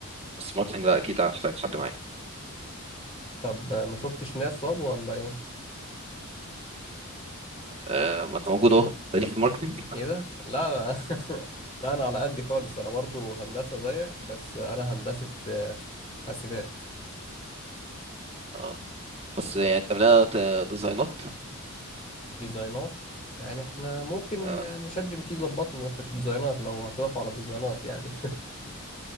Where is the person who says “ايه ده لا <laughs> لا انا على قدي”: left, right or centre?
Left